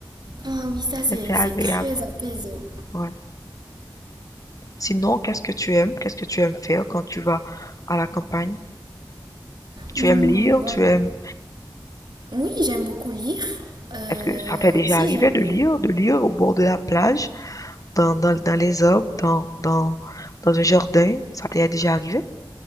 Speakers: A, on the right; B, on the left.
A: Ah oui, ça c'est
B: C'est c'est agréable.
A: c'est très apaisant.
B: Ouais. Sinon, qu'est-ce que tu aimes? Qu'est-ce que tu aimes faire quand tu vas à la campagne? Tu
A: Hmm,
B: aimes lire?
A: bon.
B: Tu aimes...
A: Oui, j'aime beaucoup lire. Euh,
B: Est-ce que ça t'est déjà
A: aussi,
B: arrivé
A: j'aime
B: de lire,
A: euh,
B: de lire au bord de la plage? Dans dans dans les arbres, dans dans dans un jardin, ça t'est déjà arrivé?